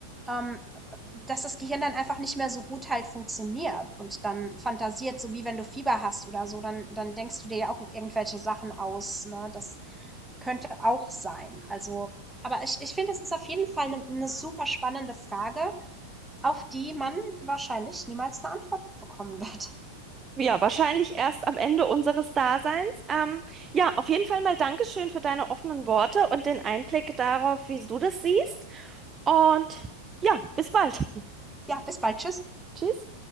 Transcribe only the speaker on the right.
Ja, wahrscheinlich erst am Ende unseres Daseins. Ähm, ja, auf jeden Fall mal Dankeschön für deine offenen Worte und den Einblick darauf, wie du das siehst. Und ja, bis bald.
Tschüss.